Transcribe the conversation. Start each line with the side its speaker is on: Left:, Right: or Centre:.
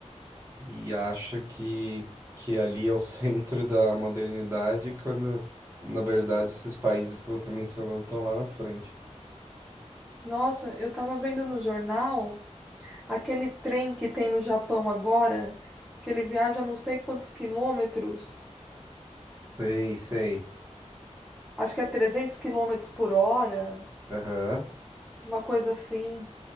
Right: e acha que, que ali é o <laughs> centro da modernidade, quando, na verdade, esses países que você mencionou estão lá na frente.
Centre: Nossa, eu tava vendo no jornal aquele trem que tem no Japão agora, que ele viaja não sei quantos quilômetros,
Right: Sei, sei.
Centre: acho que é 300 quilômetros por hora,
Right: Aham.
Centre: uma coisa assim.